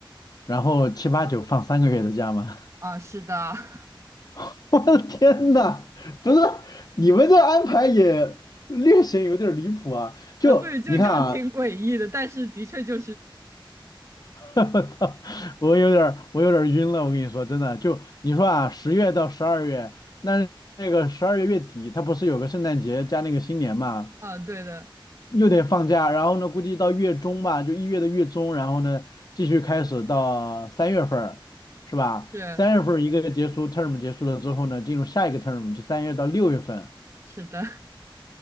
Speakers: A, on the left; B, on the right.
A: 然后七八九放三个月的假吗？
B: 啊，是的，<laughs>
A: <laughs> 我的天呐，不是你们这安排也略显有点离谱啊！就你看啊，
B: 啊，对，就就挺诡异的，但是的确就是，
A: <laughs> 我操，我有点儿，我有点儿晕了。我跟你说，真的，就你说啊，十月到十二月，那那个十二月月底，它不是有个圣诞节加那个新年嘛，
B: 啊，对的，
A: 又得放假。然后呢，估计到月中吧，就一月的月中，然后呢，继续开始到三月份儿，是吧？
B: 是
A: 三月份儿一个结束 term 结束了之后呢，进入下一个 term，就三月到六月份。
B: 是的，